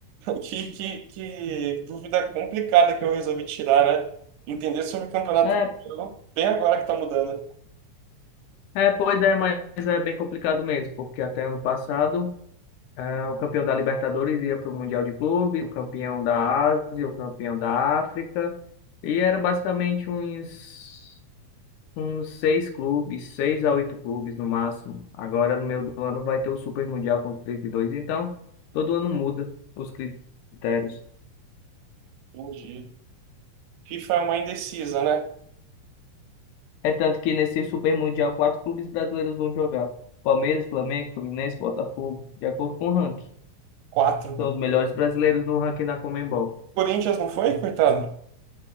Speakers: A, on the right; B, on the left.
A: Que, que, que dúvida complicada que eu resolvi tirar, né? Entender sobre o campeonato
B: É,
A: mundial bem agora que tá mudando.
B: é, pois é, mas é bem complicado mesmo, porque até ano passado, é, o campeão da Libertadores ia para o Mundial de Clubes, o campeão da Ásia, o campeão da África, e era basicamente uns, uns seis clubes, seis a oito clubes no máximo. Agora, no meio do ano, vai ter o Super Mundial com 32. então todo ano muda os critérios.
A: Entendi. FIFA é uma indecisa, né?
B: É tanto que nesse Super Mundial, quatro clubes brasileiros vão jogar: Palmeiras, Flamengo, Fluminense, Botafogo, de acordo com o ranking.
A: Quatro.
B: São os melhores brasileiros no ranking na Conmebol.
A: Corinthians não foi, coitado?